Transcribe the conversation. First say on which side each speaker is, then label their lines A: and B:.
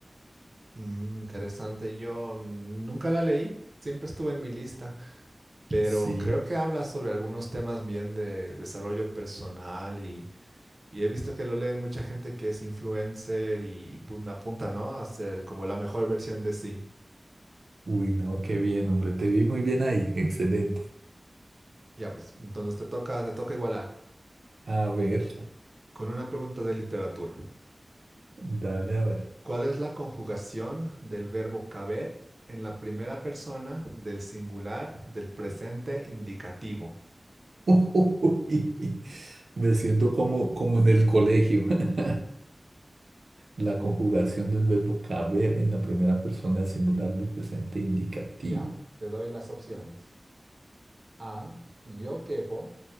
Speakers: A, on the right (about 50°); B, on the right (about 85°).
A: Mm, interesante, yo nunca la leí, siempre estuve en mi lista, pero
B: Sí.
A: creo que habla sobre algunos temas bien de desarrollo personal y Y he visto que lo leen mucha gente que es influencer y bun- apunta, ¿no? A ser como la mejor versión de sí.
B: Uy, no, qué bien, hombre. Te vi muy bien ahí. Excelente.
A: Ya pues, entonces te toca, te toca igualar.
B: A ver,
A: Con una pregunta de literatura.
B: dale a ver.
A: ¿Cuál es la conjugación del verbo caber en la primera persona del singular del presente indicativo?
B: <laughs> Uy, me siento como, como en el colegio. <laughs> La conjugación del verbo caber en la primera persona del singular del presente indicativo.
A: Ya, te doy las opciones. A, yo quepo.